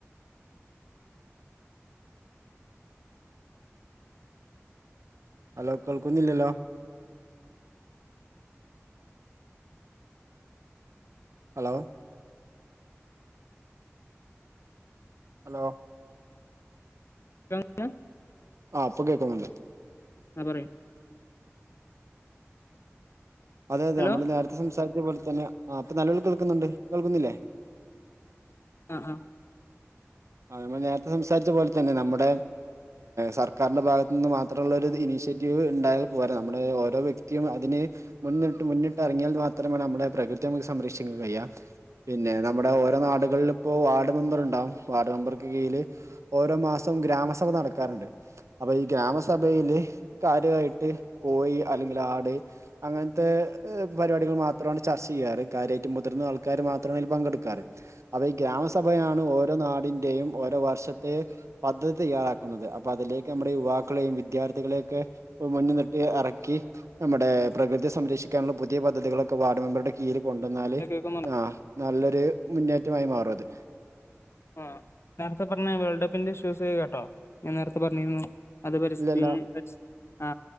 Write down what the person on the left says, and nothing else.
കങ്ങ് <unintelligible>
ആ പറയൂ
ഹലോ
ആ ആ
കേൾക്കുന്നു
ആ നേരത്തെ പറഞ്ഞ വേൾഡ് കപ്പിന്റെ ഷൂസ് ജ്കേട്ടോ ഞാൻ നേരത്തെ പറഞ്ഞിരുന്നു അത് <unintelligible>
ആ